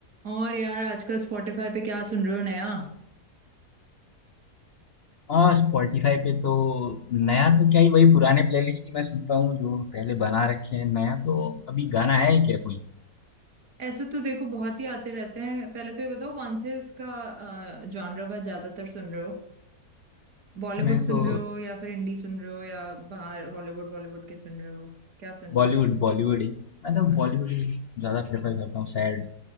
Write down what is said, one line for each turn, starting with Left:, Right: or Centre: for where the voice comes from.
Right: और यार आजकल स्पॉटिफाई पे क्या सुन रहे हो नया
Left: हाँ स्पॉटिफाई पे तो नया तो क्या ही वही पुराने प्लेलिस्ट ही मैं सुनता हूँ जो पहले बना रखे हैं नया तो अभी गाना है ही क्या कोई
Right: ऐसे तो देखो बहुत ही आते रहते हैं पहले तो ये बताओ कौन से उसका जॉनर का ज्यादातर सुन रहे हो बॉलीवुड
Left: मैं
Right: सुन
Left: तो
Right: रहे हो या फिर हिंदी सुन रहे हो या बाहर हॉलीवुड बॉलीवुड के सुन रहे हो क्या सुन
Left: बॉलीवुड
Right: रहे हो आजकल
Left: बॉलीवुड ही मैं तो
Right: हाँ,
Left: बॉलीवुड ही ज्यादा प्रेफर करता हूँ सैड